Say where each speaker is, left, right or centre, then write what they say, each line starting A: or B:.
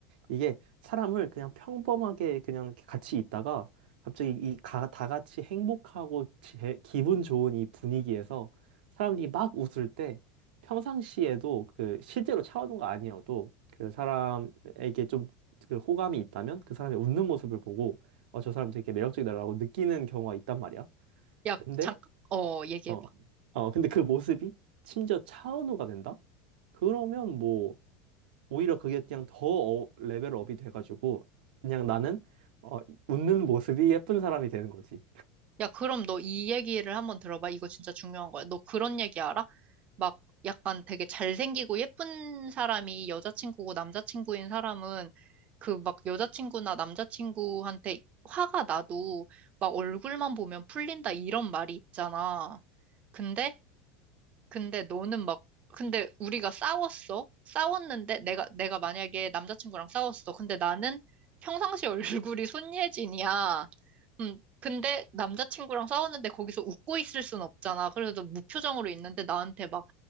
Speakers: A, on the right; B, on the right.
A: 이게 사람을 그냥 평범하게 그냥 이렇게 같이 있다가 갑자기 이 가, 다 같이 행복하고 제- 기분 좋은 이 분위기에서 사람들이 막 웃을 때 평상시에도 그 실제로 차오는 거 아니어도 그 사람에게 좀 그 호감이 있다면 그 사람이 웃는 모습을 보고 어, 저 사람 되게 매력적이다라고 느끼는 경우가 있단 말이야.
B: 야,
A: 근데
B: 잠깐, 어, 얘기해봐.
A: 어, 어, 근데 그 모습이 심지어 차은우가 된다? 그러면 뭐 오히려 그게 그냥 더 어- 레벨업이 돼가지고 그냥 나는 어, 웃는 모습이 예쁜 사람이 되는 거지.
B: 야, 그럼 너 이 얘기를 한번 들어봐. 이거 진짜 중요한 거야. 너 그런 얘기 알아? 막 약간 되게 잘생기고 예쁜 사람이 여자친구고 남자친구인 사람은 그 막 여자친구나 남자친구한테 화가 나도 막 얼굴만 보면 풀린다 이런 말이 있잖아. 근데 근데 너는 막, 근데 우리가 싸웠어? 싸웠는데 내가, 내가 만약에 남자친구랑 싸웠어. 근데 나는 평상시 얼굴이 손예진이야. 음, 근데 남자친구랑 싸웠는데 거기서 웃고 있을 순 없잖아. 그래서 무표정으로 있는데 나한테 막,